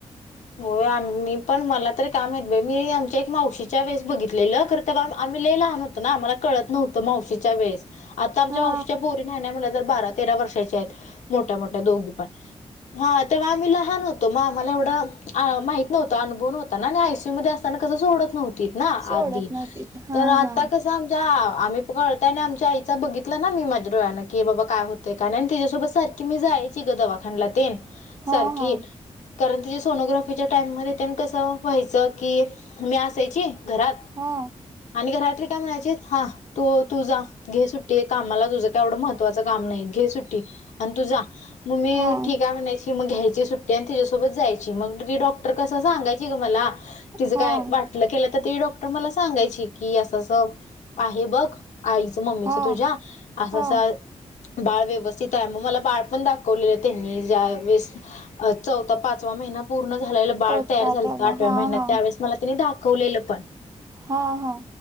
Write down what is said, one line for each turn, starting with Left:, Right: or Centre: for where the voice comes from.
Left: होय आम्ही पण मला तरी काय माहित बई मी आमच्या एक मावशीच्या वेळेस बघितलेलं खर तवा आम्ही लई लहान होतो होतो ना मला कळत नव्हतं मावशीच्या वेळेस आता आमच्या
Right: हा
Left: मावशीच्या पोरी नाय नाय म्हटल्या तर बारा तेरा वर्षाच्या आहेत मोठ्या मोठ्या दोघी पण हा तेव्हा आम्ही लहान होतो म आम्हाला एवढं अ माहित नव्हत अनुभव नव्हता ना आणि आयसीयू मध्ये अस ताना कस सोडत नव्हतीत ना
Right: सोडत
Left: आदी
Right: नव्हती हा
Left: तर आता
Right: हा
Left: कस आमच्या आम्ही कळतय आणि आमच्या आईचा बघितला ना मी माझ्या डोळ्यानं की बाबा काय होत तिच्यासोबत सारखी मी जायची ग दवाखाण्याला तेन
Right: हा
Left: सारखी
Right: हा
Left: कारण तिच्यासोबत सोनोग्राफीच्या टाईममध्ये तेन कसं व्हायचं की मी असायची घरात
Right: हा
Left: आणि घरातली काय म्हणायचित हा तो तुझा घे सुट्टी कामाला तुझं काय एव्हड महत्वाचं काम नाही घे सुट्टी आणि तू जा मग मी
Right: हा
Left: ठीक आहे म्हणायची मग घ्यायची सुट्टी आणि तिच्यासोबत जायची मग ती डॉक्टर कस सांगायची ग मला तिज
Right: हा
Left: काय वाट गेल तर ते डॉक्टर मला सांगायची की असं असं आहे बघ आईच मम्मीच
Right: हा
Left: तुझ्या असं
Right: हा
Left: अस बाळ व्यवस्थित आहे म मला बाळ पण दाखवलेलं त्यांनी ज्या वेळेस चौथा पाच आठवा महिना पूर्ण झालेलं बाळ
Right: होता
Left: तयार झालं
Right: तेव्हा
Left: आठव्या
Right: हा
Left: महिन्यात
Right: हा
Left: त्यावेळेस मला त्यानी दाखवलेलं पण
Right: हां हां